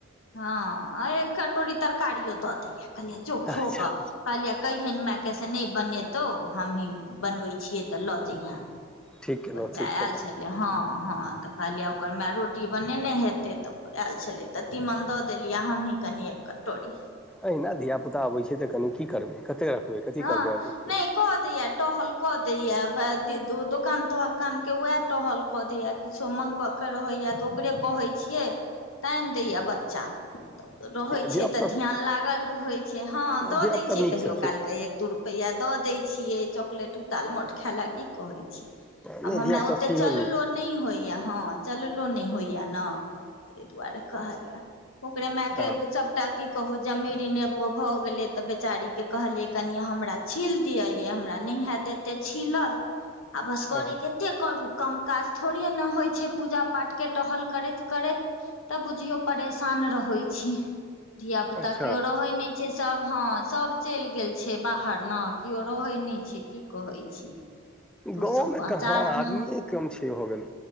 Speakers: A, on the left; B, in the centre.
A: हँ एक कटोरी तरकारियो दऽ देलियै कहलिय चो खोग
B: अच्छा
A: कहलिय कहैन हमाय कैसे नहि बनेतौ हमही बनबै छियै तऽ लऽ जैहें
B: ठीक केलहुँ
A: बच्चा
B: ठीक
A: आयल
B: केलहुँ
A: छलै हँ हँ तऽ कहलियै ओकर माय रोटी बनेने हेतै तऽ आयल छलै तऽ तीमन दऽ देलियै हमहीँ कनि क टोरी
B: एहिना धियापुता अबैत छै तऽ कनि की करबै कतेक रखबै कथी
A: हँ
B: करबै अपने।
A: नहि कहत इटहल क देया दोकान तोह कान के उह टहल क देया किछो मंगवा के रहे तऽ ओकरे कहै छियै तैन दैया बच्चा रहैत
B: धियापुता
A: छै तऽ ध्यान लागल रहैत छै हँ दऽ
B: धियापुता
A: दैत छियै
B: नीक
A: कहियो
B: सब छै
A: काल एक दू रुपा द देय छिये चॉकलेट उडाल मोट खाय ला की कहे छै आब
B: नहि
A: हमरा
B: धियापुता
A: ओते
B: छैहो
A: चललो
B: नीक
A: नहि होइया हँ चललो नहि होइया ने ताहि दुआरे कहलया ओकरे माय के
B: हँ
A: सबटा की कहू जमीरी नेबो भऽ गेले ते बेचारी के कहलिये कनििय हमरा छील दिअ ये हमरा नहि हैत एतेक छीलल आ बस करे
B: हँ
A: कतेक करू कम काज थोड़े ने होइ छै पूजा पाठ के टहल करैत करैत तब बुझियो परेशान रहै छी धिय पुता
B: अच्छा
A: केओ रहै नहि छै सब हँ सब चलि गेल छै बाहर ने केओ रहै नहि छै की कहै छी तू
B: गाँवमे
A: सब
B: कहाँ
A: चार द
B: आदमिए कम छै हो गेल